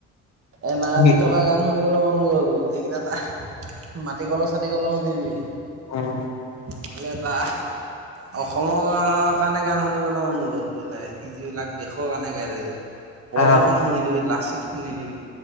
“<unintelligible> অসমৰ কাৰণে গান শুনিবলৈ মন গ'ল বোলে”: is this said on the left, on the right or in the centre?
Right